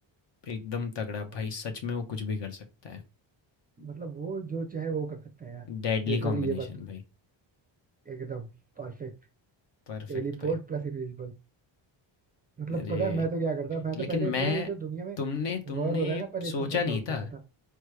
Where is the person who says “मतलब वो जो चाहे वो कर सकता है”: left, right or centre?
Right